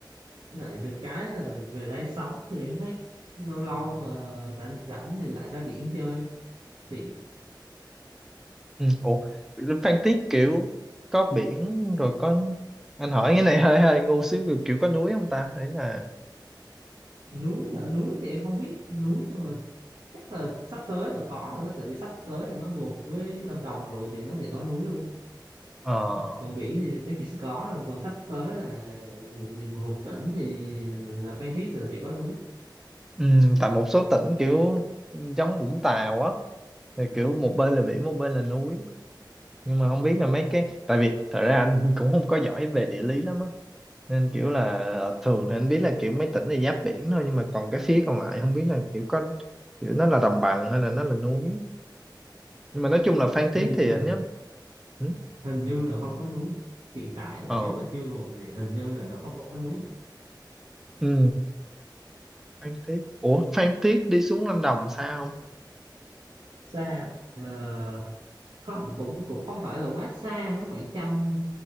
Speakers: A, on the right; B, in the centre.
A: Với lại được cái là về đây sống thì em thấy lâu lâu mà rảnh rảnh thì lại ra biển chơi tiện
B: Ừm, Ủa Phan Thiết kiểu có biển rồi có anh hỏi cái này hơi hơi ngu xíu kiểu có núi không ta ấy là
A: núi hả núi thì em không biết núi nhưng mà chắc là sắp tới là có rồi đó tại vì sắp tới là nó gộp với Lâm Đồng rồi thì nó sẽ có núi luôn
B: ờ
A: còn biển thì chắc chỉ có rồi còn sắp tới là thì gộp tỉnh thì là Phan Thiết là sẽ có núi
B: Ừ, tại một số tỉnh kiểu giống Vũng Tàu á thì kiểu một bên là biển một bên là núi nhưng mà không biết là mấy cái tại vì thật ra anh cũng không có giỏi về địa lý lắm á nên kiểu là ờ, thường thì anh biết là kiểu mấy tỉnh là giáp biển thôi nhưng mà còn cái phía còn lại không biết là kiểu có kiểu nó là đồng bằng hay là nó là núi nhưng mà nói chung là Phan Thiết
A: hình
B: thì
A: hình
B: anh nhớ ừ.
A: hình như là không có núi hiện tại là
B: ờ
A: nếu mà chưa gộp thì hình như là nó không có núi
B: ừ. Phan Thiết ủa Phan Thiết đi xuống Lâm Đồng sao không
A: xa ờ, không cũng cũng không phải là quá xa nó khoảng trăm